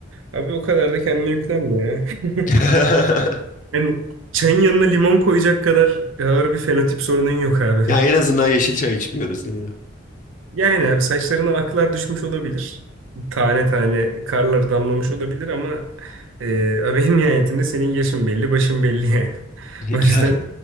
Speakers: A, on the right (about 75°); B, on the left (about 40°).
A: Abi o kadar da kendine yüklenme ya. <laughs>
B: <laughs>
A: Yani çayın yanına limon koyacak kadar ağır bir fenotip sorunun yok abi.
B: Ya
A: <laughs>
B: en azından yeşil çay içmiyoruz diyelim.
A: Yani abi saçlarına aklar düşmüş olabilir. Tane tane karlar damlamış olabilir ama e, abi en nihayetinde senin yaşın belli, başın belli yani. <laughs>
B: <laughs>
A: O yüzden
B: Ya,